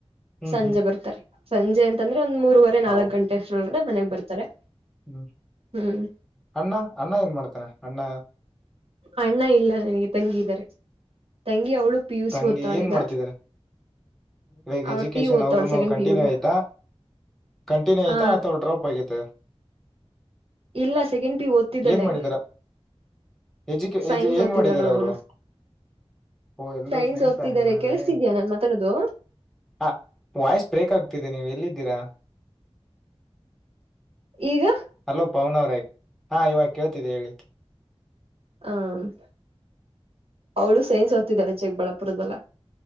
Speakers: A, in the centre; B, on the right (about 65°).
A: ಹ್ಮ್
B: ಸಂಜೆ
A: ಹ್ಮ್
B: ಬರ್ತಾರೆ ಸಂಜೆ ಅಂತಾನೆ ಒಂದ್ ಮೂರುವರೆ ನಾಲ್ಕಕ್
A: ಹೌ
B: ಗಂಟೆ ಅಷ್ಟೋರಳಗೆ ಮನೆಗ್ ಬರ್ತಾರೆ.
A: ಹ್ಮ್
B: ಹ್ಮ್
A: ಅಣ್ಣ ಅಣ್ಣ ಏನ್ ಮಾಡ ಅಣ್ಣ
B: ಅಣ್ಣ ಇಲ್ಲ ನನಗೆ ತಂಗಿ ಇದ್ದಾರೆ ತಂಗಿ ಅವಳು ಪಿ ಯು
A: ತಂಗಿ
B: ಸಿ ಓದ್ತಾಳೆಗ
A: ಏನ್ ಮಾಡ್ತಿದಾರೆ ಇವಾಗ್
B: ಅವಳು
A: ಎಜುಕೇಶನ್
B: ಪಿ ಯು ಓದ್ತಾಳೆ
A: ಅವರುೂನು
B: ಸೆಕೆಂಡ್
A: ಕಂಟಿನ್ಯೂ
B: ಪಿ ಯು ಗ
A: ಆಯ್ತಾ ಕಂಟಿನ್ಯೂ ಐತಾ
B: ಆ
A: ಅಥವಾ ಡ್ರಾಪ್ ಆಗೈತೆ
B: ಇಲ್ಲ ಸೆಕೆಂಡ್ ಪಿಯು ಓದ್ತಿದ್ದಾಳೆ
A: ಏನ್ ಮಾಡಿದಾರ ಎಜುಕೇ
B: ಸೈನ್ಸ್
A: ಎಜು ಏನ್
B: ಓದತಿದಾಳೆ
A: ಮಾಡಿದಾರೆ
B: ಅವಳೂನು
A: ಅವರು ಓ ಎಲ್ರು
B: ಸೈನ್ಸ್ ಓದ್ತಿದ್ದಾರೆ
A: ನಿಮ್ಮಲ್ಲಿ
B: ಕೇಳಿಸತಿದ್ಯಾ ನಾನ್ ಮಾತಾಡೋದು
A: ಹ ವಾಯ್ಸ್ ಬ್ರೇಕ್ ಆಗ್ತಿದೆ ನೀವು ಎಲ್ಲಿದ್ದೀರಾ.
B: ಈಗ
A: ಹಲೋ ಪಾವನ ಅವ್ರೇ ಹಾ ಇವಾಗ ಕೇಳ್ತಿದ್ದ ಹೇಳಿ
B: ಹ್ಮ ಅವಳು ಸೈನ್ಸ್ ಓದತಿದಾಳೆ ಚಿಕ್ಬಳ್ಳಾಪುರದಲ್ಲ